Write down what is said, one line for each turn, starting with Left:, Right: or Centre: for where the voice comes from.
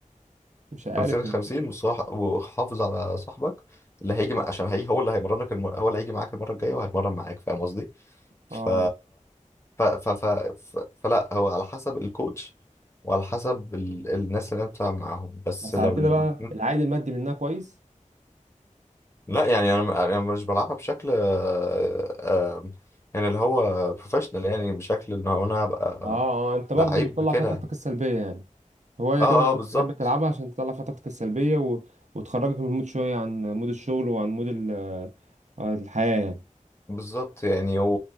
Right: مش عارف
Left: 50 50
Right: ليه.
Left: وصاح- وحافظ على صاحبك اللي هيجي مع... عشان هي هو اللي هيمرنك الم... هو اللي هيجي معاك المره الجايه وهيتمرن معاك فاهم قصدي ف...
Right: اه
Left: ف... ف... ف... ف... فلا هو على حسب الكوتش وعلى حسب ال... الناس اللي انت معاهم بس
Right: بس
Left: لو
Right: على كده
Left: ال-
Right: بقى العائد المادي منها كويس
Left: لا يعني انا انا مش بلعبها بشكل آه، آه، يعني اللي هو بروفيشنال يعني بشكل ان هو انا هبقى
Right: اه اه انت برضو
Left: لعيب
Right: بتطلع
Left: كده
Right: فيها طاقتك السلبيه يعني هوايه
Left: اه
Right: كده انت
Left: اه بالظبط
Right: بتحب تلعبها عشان تطلع فيها طاقتك السلبيه و... وتخرجك من المود شويه عن مود الشغل وعن مود ال... آه، الحياه يعني
Left: بالظبط يعني و...